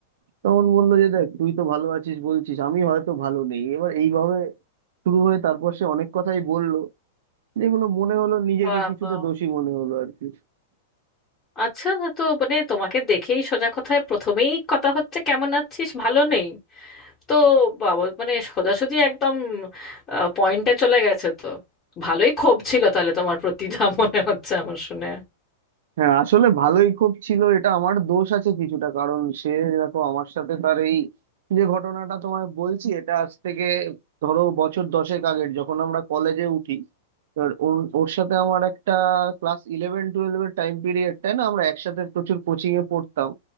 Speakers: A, on the right; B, on the left.
A: তখন বললো যে দেখ তুই তো ভালো আছিস বলছিস আমি হয়তো ভালো নেই এবার এইভাবে শুরু হয়ে তারপর সে অনেক কথাই বলল যেগুলো মনে হলো নিজেকে
B: বাবা
A: কিছুটা দোষী মনে হলো আর কি
B: আচ্ছা তো মানে তোমাকে দেখেই সোজা কথায় প্রথমেই কথা হচ্ছে কেমন আছিস ভালো নেই তো বাবা মানে সোজাসুজি একদম পয়েন্টে চলে গেছে তো ভালোই ক্ষোভ ছিল তাহলে তোমার প্রতি যা মনে হচ্ছে আমার শুনে
A: হ্যাঁ আসলে ভালোই খুব ছিল এটা আমার দোষ আছে কিছুটা কারণ সে দেখো আমার সাথে তার এই যে ঘটনাটা তোমায় বলছি এটা আজ থেকে ধরো বছর দশেক আগের যখন আমরা কলেজে উঠি এবার ওর ওর সাথে আমার একটা ক্লাস ইলেভেন টুয়েলভ এর টাইম পিরিয়ডটায় না আমরা একসাথে প্রচুর কোচিং এ পড়তাম